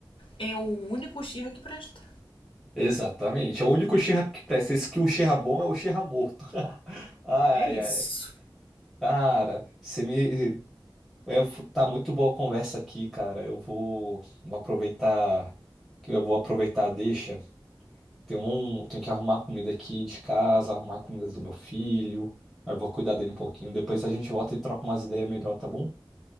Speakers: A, on the left; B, in the centre.
A: é o único Uchiha que presta.
B: Exatamente. É o único Uchiha que presta. Esse que o Uchiha bom é o Uchiha morto. <laughs> Ai,
A: É isso.
B: ai. Cara, você me. é, f- tá muito boa a conversa aqui, cara. Eu vou, vou aproveitar. que Eu vou aproveitar, a deixa. Tem um, tenho que arrumar comida aqui de casa, arrumar comidas do meu filho. Aí Eu vou cuidar dele um pouquinho. Depois a gente volta e troca umas ideias melhor, tá bom?